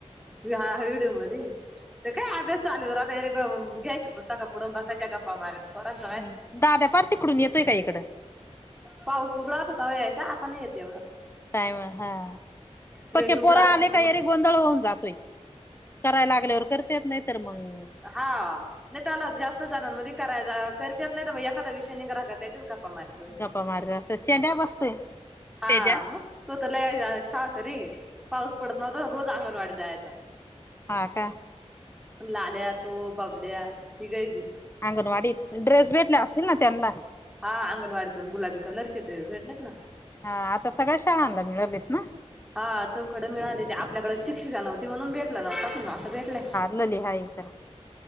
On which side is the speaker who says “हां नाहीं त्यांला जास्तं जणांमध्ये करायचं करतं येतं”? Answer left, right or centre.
Centre